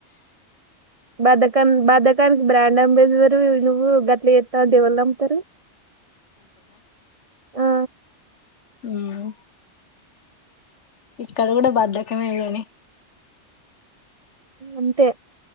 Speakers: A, on the right; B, on the left.
A: బద్దకన్ బద్దకానికి బ్రాండ్ అంబేసిడర్వి నువ్వు గట్ల చెప్తాంటె ఎవల్ నమ్ముతరు ఆ
B: ఉమ్ ఇక్కడ కూడా బద్దకమేగని
A: అంతే